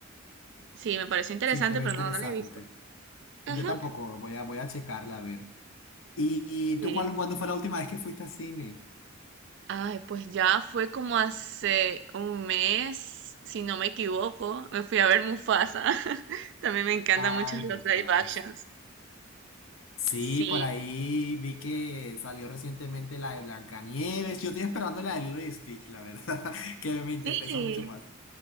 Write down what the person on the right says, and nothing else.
Sí, me pareció interesante,
pero
no, no la he visto. Ajá.
Sí.
Ay, pues ya fue como hace un mes, si no me equivoco, me fui a ver Mufasa. <laughs> También me encantan
mucho los
live actions.
Sí,
sí.